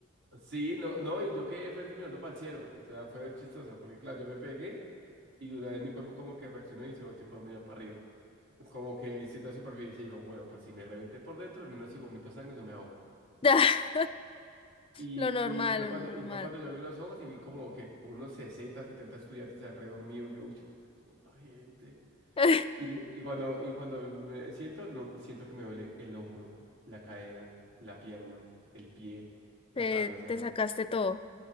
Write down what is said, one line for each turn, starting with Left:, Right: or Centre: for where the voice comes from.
Right: Sí, no, no, y yo quedé frente mirando para el cielo. O sea, fue chistoso, porque claro, yo me pegué y de una vez mi cuerpo como que reaccionó y se volteó para mirar para arriba. Como que el instinto de supervivencia dijo, bueno, por si me reventé por dentro, al menos si vomito sangre no me ahogo.
Left: Ah,
Right: Y,
Left: Lo normal,
Right: y fue
Left: lo
Right: cuando, y
Left: normal.
Right: fue cuando yo abrí los ojos y vi como que unos 60 70 estudiantes alrededor mío. Yo, uy, pero qué tuvo esta gente.
Left: <laughs>
Right: Y, y cuando, y cuando me siento, no, siento que me duele el hombro, la cadera, la pierna, el pie,
Left: Te,
Right: la cabeza.
Left: te
Right: Yo,
Left: sacaste todo.